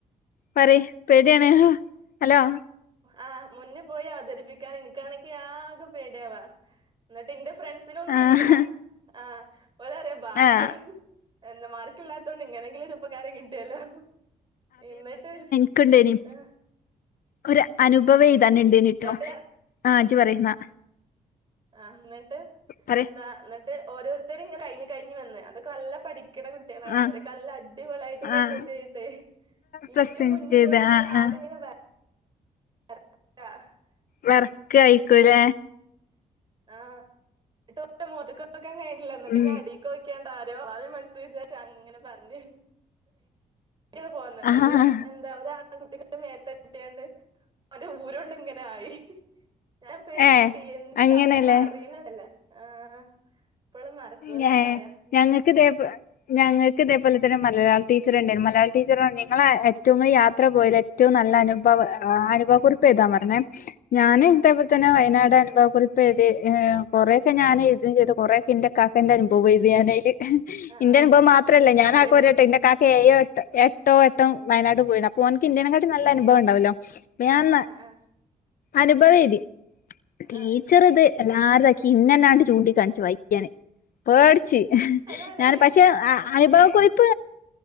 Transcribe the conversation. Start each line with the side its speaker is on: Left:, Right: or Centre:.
Left: പറി ഇപ്പോയെവിടെയാണ് ഹലോ
Right: ആഹ് മുന്നിൽ പോയി അവതരിപ്പിക്കാൻ എനിക്കാണെങ്കിൽ ആകെ പേടിയവാ എന്നിട്ട് എന്റെ- ഫ്രണ്ട്സിനൊന്നും
Left: ആഹ്
Right: ഇല്ല ആ- ഓല് പറയാ ഭാഗ്യം
Left: ആഹ്
Right: എന്താ മാർക്ക് ഇല്ലാത്തോണ്ട് ഇങ്ങനെങ്കിലും ഒരു ഉപകാരം കിട്ടിയല്ലോ എന്നിട്ട്
Left: എനിക്കുണ്ടായിനി
Right: ആ,
Left: ഒരു അനുഭവയുതാ <unintelligible> എട്ടോ
Right: എന്നിട്ട്
Left: ആഹ് ജ് പറയ് ന്നാ
Right: ആഹ് ന
Left: പറയ്
Right: എന്താ ട്ട് ഓരോരുത്തരും കഴിഞ്കഴിഞ് വന്ന് അത് നല്ല പഠിക്ക ക്കണ കുട്ടികളാണ്
Left: ആഹ്
Right: അവരെ കല്ലല് അടിപൊളിയായിട്ട് പ്രസന്റ്
Left: ആഹ്
Right: ചെയ്യണ്ടേ എനിിക്കക്ക്
Left: പ്രസന്റ്
Right: മുന്നപ
Left: ചെയ്ത്
Right: പോയിട്ട്
Left: ആഹ്
Right: ആകെ
Left: ആഹ്
Right: ഇങ്ങനെ <unintelligible>
Left: വിറക്ക ആയിക്കുലേ
Right: ആഹ് ട്ട മോത്ത് ക്കോ കഴിണില്ല എന്നിട്ട്
Left: ഉം
Right: ഞാ അടീക്കോക്ക മനസ്സ ചിച്ചച്ച അങ്ങനെ പറഞ്ഞ് ഇടെ പോന്ന് അതില്
Left: ആഹ്
Right: എന്താ ഒരു ആ കുട്ട മേത്ത കിട്ടിയണ്ട് അവന്റെ ഊരോണ്ട് ഇങ്ങനെ ആയി ഞാൻ പേടിച്ചിട്ട്
Left: ഏഹ്
Right: എനിക്ക്
Left: അങ്ങനെല്ലേ
Right: കാട്ടന്ന അറിയുന്നാണല്ലേ ആഹ് ഇപ്പളും മറക്കൂലന്ന്
Left: ഞ
Right: പറയാം
Left: ഞങ്ങൾക്ക് ഇതേ ഞങ്ങൾക്ക് ഇതേപോലെ തന്നെ മലയാള ടീച്ചർ ഉണ്ടായിരുന്നു മലയാള ടീച്ചർ നിങ്ങ ഏറ്റവും ക യാത്ര പോയത് ഏറ്റ നല്ല അനുഭവ അനുഭവ കുറിപ്പ് താ പറഞ്ഞെ ഞാന്
Right: ആഹ്
Left: ഇതേപ്പോലെ
Right: ആഹ്
Left: തന്നെ വയനാടാണ് കുറിപ്പ് എഴുതി കൊറെക്കെ ഞാന് എഴുതും കൊറെക്കെ എന്റെ വെ ഇത് ഞാനല് എന്റെ
Right: ആഹ്
Left: അനുഭവം
Right: ആഹ്
Left: മാത്രമല്ല ഞാൻ
Right: എന്തേലും
Left: കാക്ക പോരട്ടോ
Right: എഴുതിയ
Left: എന്റെ കാക്ക എയ്യ ട്ടോ ഏട്ടോ എട്ടംവയനാട് പോയിണ് അപ്പോ അവൻ ഇന്ത്യനെക്കായിട്ട് നല്ല അനുഭവം
Right: ഏഹ്
Left: ഒണ്ടാവല്ലോ ഞാൻ
Right: ആഹ് ആഹ്
Left: അനുഭവം എതി ടീച്ചർ
Right: ആഹ്
Left: ഇത് എല്ലാരുംക്കിന്നെ ഇന്നാണ്ട് ചൂണ്ടിക്കാണിച്ചു വായിക്കാന് കേടിച്ച്
Right: അതാണ്
Left: ഞാൻ പക്ഷെ അനുഭവ കുറി പ്പ